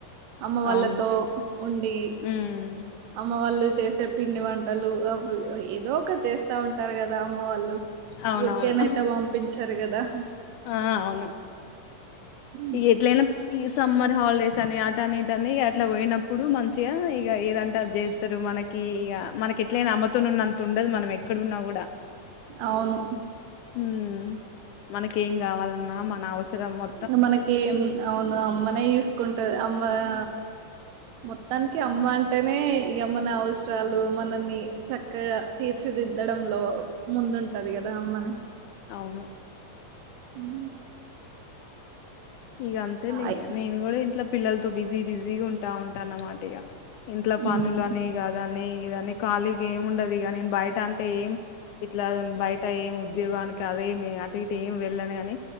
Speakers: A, on the right; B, on the left.
A: అమ్మ వాళ్లతో
B: అవును
A: ఉండి.
B: ఉమ్
A: అమ్మ వాళ్ళు చేసే పిండి వంటలు అవ్ ప్ ఏదో ఒకట్ చేస్తా ఉంటారు కదా. అమ్మ వాళ్ళు,
B: అవునవును
A: ఊరికేనైతే వంపించ్చరు కదా.
B: ఆ అవును
A: ఉమ్
B: ఎట్లయినం ఇ సమ్మర్ హాల్ డేస్ అని అటని ఇటని ఇగ అట్ల పోయినప్పుడు మం చిగ ఇగ ఏదంటే అద్ జెత్తరు మనకి ఇగ మనకెట్లయైనా అమ్మతొనున్నంత్ ఉం డదు మనం ఎక్కడున్నా కు డ,
A: అవును
B: హు మనకి ఏం కావాలన్ న మన అవసరం మొ
A: ఇంగ మనకి ఇం ఔన్ అమ్మనే ఇసుకుంటది అమ్మ ఆ మొత్తానికి అమ్మ అంటేనే ఇగ మన అవస్రాలు మనల్ని చక్కగా తీర్చిదిద్దడంలో ముందుంటది కదా అమ్మన
B: అవును
A: అవు
B: ఇగ అంతేలే
A: అయ్
B: యన్ని నేను కూడా ఇంట్లో పిల్లల్తో బిజీ బిజీగా ఉం టా ఉంటా అన్నమాట ఇగ ఇంట్ల పనులు
A: ఉమ్
B: అన్ని కాదా అన్ నెయ్ ఇదన్నీ ఖాళిగ ఏం ఉండదు ఇగ నే బై ట అంతే ఏం, ఇట్ల బయట ఏం ఉద్యోగానిక్ కదేమి అటు ఇటు ఏం వెళ్ళను గాని